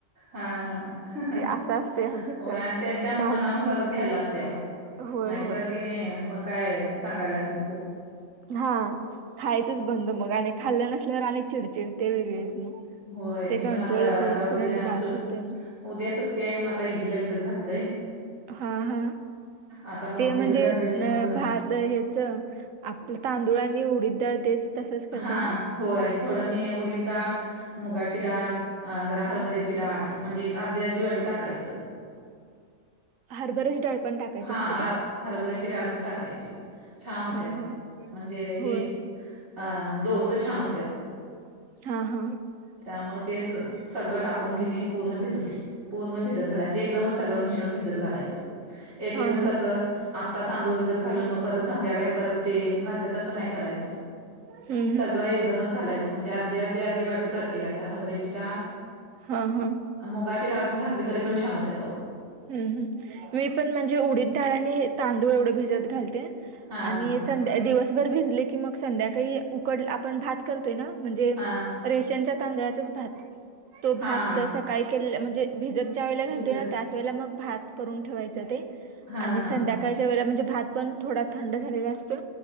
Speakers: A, on the right; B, on the right.
A: हा ह ह
B: असं असते आमच्याच
A: होय आणि त्यांच्या मनानुसारच
B: काढ
A: घ्यायला लागतय अहो.
B: होय
A: नाहीतर
B: होय
A: कि नाही मग काय सांगायलाच नको.
B: हा खायचच बंद मग आणि खाल्लं नसल्यावर आणि चिडचिड ते वेगळेच मग
A: होय
B: ते
A: मी
B: कंट्रोल
A: पण आता
B: करूसपर्यंत
A: आता उद्या
B: बास
A: सु
B: होते
A: उद्या सुट्टी आहे म्हणून आता इडलीला भिजत घातलंय.
B: हा हा
A: आता मग
B: ते म्हणजे
A: भिजत घातलंय
B: अ
A: की मग
B: भात तर हेच आपलं तांदुळ आणि उडीद डाळ तेच तसंच करताय
A: हा
B: ना
A: होय थोडं मी उडीदडाळ मुगाची डाळ जरा हरभऱ्याची डाळ म्हणजे एक अर्धी अर्धी वाटी टाकायच. <inaudible>
B: हरभऱ्याची डाळ पण टाकायची
A: हां,
B: असते
A: आ
B: का?
A: हरभऱ्याची डाळ पण टाकायची. छान होत्यात
B: हा हा
A: म्हणजे
B: होय
A: हे अ डोस छान होत्यात.
B: हा हा
A: त्यामुळे ते सगळं टाक टाकून कि पूर्ण भिजत पूर्ण भिजत घालायच. एकदमच सगळं मिश्रण भिजत घालायच. एक
B: हा
A: एक जण
B: हा
A: कस आत्ता तांदूळ भिजत घालून मग परत संध्याकाळी परत ते घालत तसं नाही करायच.
B: हम्म हम्म
A: सगळं एकदमच घालायच. म्हणजे अर्धी अर्धी अर्धी वाटी प्रत्येकाला. हरभऱ्याची डाळ,
B: हा हा
A: मुगाची डाळ पण घात तरी पण छान होत्यात अहो.
B: हम्म मी पण म्हणजे उडीद डाळ आणि तांदूळ एवढ भिजत घालते.
A: हा
B: आणि
A: हा हा
B: संध्या दिवसभर भिजले की मग संध्याकाळी उकड आपण भात करतोय ना म्हणजे
A: हा
B: रेशनच्या तांदळाचाच भात. तो भात
A: हा हा
B: तसा काही केलेलं म्हणजे भिजत ज्या वेळेला घालते
A: भिजत
B: ना त्याच वेळेला मग भात करून ठेवायचं ते.
A: हा
B: आणि
A: हा
B: संध्याकाळच्या
A: हा
B: वेळेला म्हणजे भात पण थोडा थंड झालेला असतो.